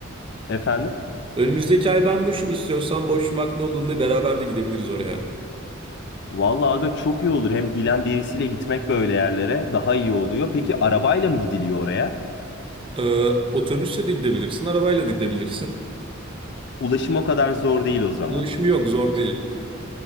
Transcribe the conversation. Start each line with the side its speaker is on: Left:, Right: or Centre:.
Left: Efendim?
Right: Önümüzdeki ay ben boşum istiyorsan boş vaktin olduğunda beraber de gidebiliriz oraya.
Left: Vallahi aga çok iyi olur. Hem bilen birisiyle gitmek böyle yerlere daha iyi oluyor. Peki arabayla mı gidiliyor oraya?
Right: Ee, otobüsle de gidebilirsin, arabayla da gidebilirsin.
Left: Ulaşım o kadar zor değil o zaman.
Right: Ulaşım yok, zor değil.